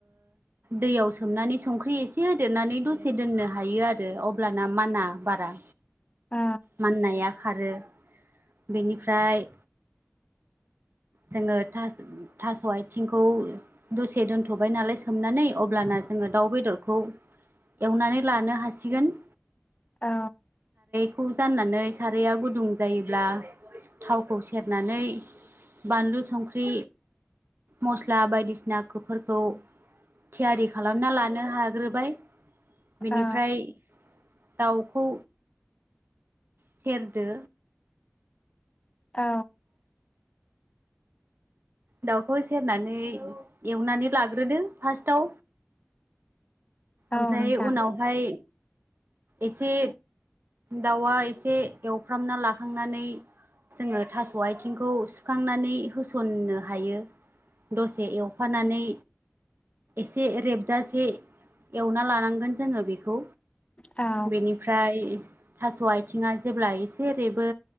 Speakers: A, on the right; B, on the left.
A: दैयाव सोमनानै संख्रि एसे होदेरनानै दसे दोननो हायो आरो अब्लाना माना बारा
B: ओ।
A: माननाया खारो बेनिफ्राय जोङो थास' आथिंखौ दसे दोनथ'बाय नालाय सोमनानै अब्लाना जोङो दाउ बेदरखौ एवनानै लानो हासिगोन
B: औ।
A: खौ जाननानै साराया गुदुं जायोब्ला थावखौ सेरनानै बानलु संख्रि मस्ला बायदिसिना ख फोरखौ थियारि खालामना लानो हाग्रोबाय बेनिफ्राय
B: औ
A: दाउखौ सेरदो
B: औ।
A: दाउखौ सेरनानै एवनानै लाग्रोदों फार्स्टाव
B: औ
A: ओमफ्राय
B: नोंथां
A: उनावहाय एसे दाउआ एसे एवफ्रामना लाखांनानै जोङो थास' आथिंखौ सुखांनानै होसनो हायो दसे एवफानानै से रेबजासे एवना लानांगोन जोङो बेखौ
B: औ
A: बेनिफ्राय थास' आथिङा जेब्ला एसे रेबो